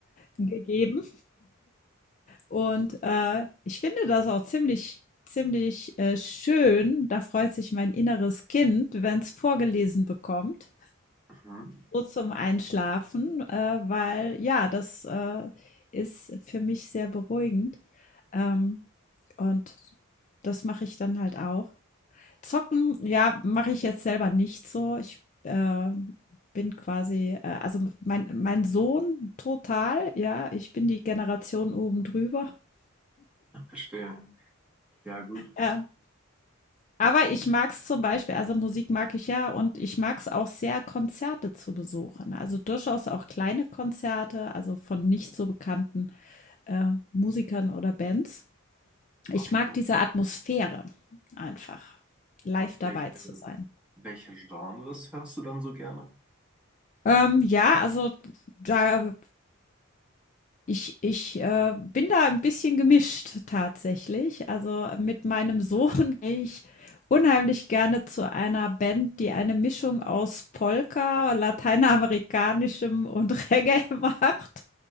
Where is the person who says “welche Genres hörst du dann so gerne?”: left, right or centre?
Centre